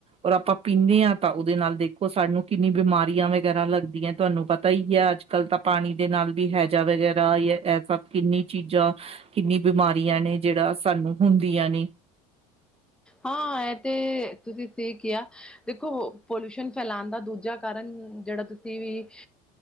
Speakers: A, on the right (about 35°); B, in the centre.
A: ਔਰ ਆਪਾਂ ਪੀਂਦੇ ਆਂ, ਤਾਂ ਉਹਦੇ ਨਾਲ ਦੇਖੋ ਸਾਨੂੰ ਕਿੰਨੀ ਬਿਮਾਰੀਆਂ ਵਗੈਰਾ ਲੱਗਦੀਆਂ, ਤੁਹਾਨੂੰ ਪਤਾ ਈ ਐ ਅੱਜ। ਕੱਲ ਤਾਂ ਪਾਣੀ ਦੇ ਨਾਲ ਵੀ ਹੈਜਾ ਵਗੈਰਾ ਜਾਂ ਇਹ ਸਭ ਕਿੰਨੀ ਚੀਜ਼ਾਂ ਕਿੰਨੀ ਬਿਮਾਰੀਆਂ ਨੇ, ਜਿਹੜਾ ਸਾਨੂੰ ਹੁੰਦੀਆਂ ਨੇ।
B: ਹਾਂ, ਇਹ ਤੇ ਤੁਸੀਂ ਸਹੀ ਕਿਹਾ। ਦੇਖੋ, ਪੋਲਿਊਸ਼ਨ ਫੈਲਾਣ ਦਾ ਦੂਜਾ ਕਾਰਨ ਜਿਹੜਾ ਤੁਸੀਂ ਵੀ